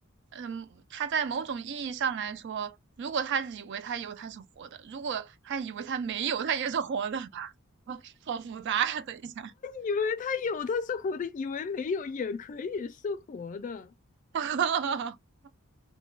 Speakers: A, on the right; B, on the left.
A: 嗯，它在某种意义上来说，如果他以为他有，他是活的；如果他以为他没有，他也是活的。<laughs> 好复杂呀、等一下，
B: 以为它有，它是活的；以为没有，也可以是活的。
A: <laughs>